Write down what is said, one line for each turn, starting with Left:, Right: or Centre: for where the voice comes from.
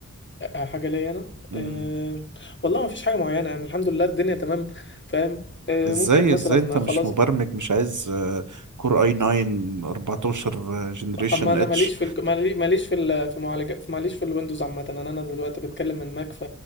Left: آه حاجة ليا انا
Right: امم
Left: آه والله مفيش حاجة معينة يعني الحمد لله الدنيا تمام فاهم آه
Right: ازاي
Left: ممكن مثلا
Right: ازاي انت مش
Left: خلاص
Right: مبرمج مش عايز آه، كور اي 9 14 جنريشن
Left: اما انا
Right: اتش
Left: ماليش في الك... مالي- ماليش في ال... في معالجة ماليش في الويندوز عامة انا انا دلوقتي بتكلم من ماك ف